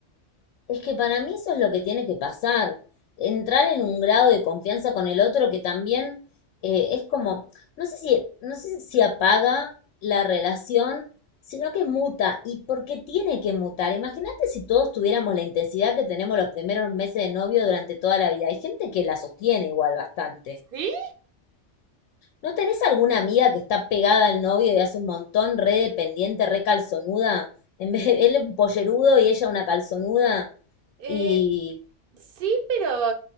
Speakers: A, on the left (about 80°); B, on the right (about 60°).
A: Es que para mí eso es lo que tiene que pasar, entrar en un grado de confianza con el otro que también eh, es como, no sé si, no sé si apaga la relación, sino que muta. ¿Y porque tiene que mutar? Imagínate si todos tuviéramos la intensidad que tenemos los primeros meses de novio durante toda la vida. Hay gente que la sostiene igual bastante.
B: ¿Sí?
A: ¿No tenés alguna amiga que está pegada al novio y hace un montón, re dependiente, re calzonuda? En vez de él un pollerudo y ella una calzonuda.
B: Eh,
A: Y
B: Sí, pero.